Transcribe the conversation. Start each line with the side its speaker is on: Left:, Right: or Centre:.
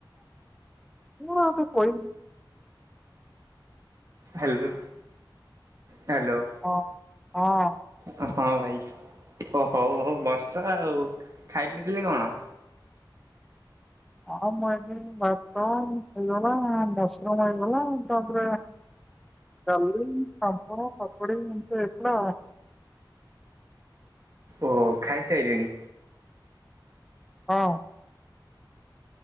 Centre: <inaudible>
Right: Hello hello.
Centre: ହଁ ହଁ।
Right: ହଁ ଭାଇ ଓ ହଉ ହଉ ବସ ଆଉ ଖାଇ ଲି ଥିଲେ କଣ?
Centre: ଅ ମୁଁ ଏଠି ଭାତ ଝୁଲଣ ମସରୁମ୍ ହେଇଥିଲା ତା ପରେ ଡାଲି ପାମ୍ପଡ କାକୁଡି ଏମିତି ହେଇଥିଲାଆଉ।
Right: ଓହ ଖାଇସାରିଲେଣି?
Centre: ହଁ।